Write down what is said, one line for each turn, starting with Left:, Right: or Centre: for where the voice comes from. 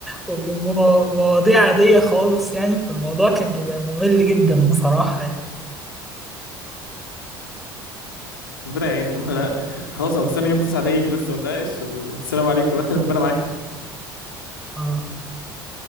Centre: ومواضيع عادية خالص يعني في الموضوع كان بيبقى ممل جدا بصراحة يعني
Left: <laughs> ربنا يعين والله انا خلاص انا مستني يوم 9 ده يجي بس ونناقش والسلام عليكم بقى <laughs> ربنا معاكم
Centre: اه